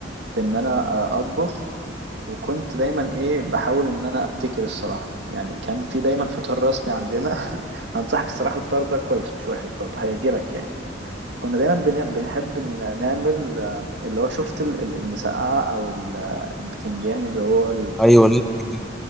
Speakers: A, on the right; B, in the centre.
A: في ان انا اطبخ وكنت دايما ايه بحاول ان انا ابتكر الصراحه يعني كان في دايما فطار رسمي عندنا <laughs> هنصحك الصراحه الفطار ده كويس مش وحش برضه هيعجبك يعني كنا دايما بن... بنحب إن- نعمل آه، اللي هو شفت ال- ال- المسقعه او ال- البتنجان اللي هو
B: ايوه ليه بتجيب؟